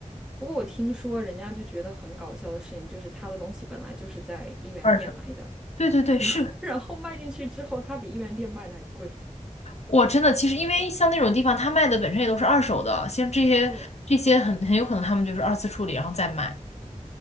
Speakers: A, in the centre; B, on the left (about 55°).
A: 不过我听说人家就觉得很搞笑的事情，就是他的东西本来就是在一元店买的，
B: 二手，对对对，是
A: <laughs> 然后卖进去之后，他比一元店卖的还贵。
B: 我真的其实，因为像那种地方，他卖的本身也都是二手的，像这些这些很很有可能他们就是二次处理，
A: 对，
B: 然后再卖。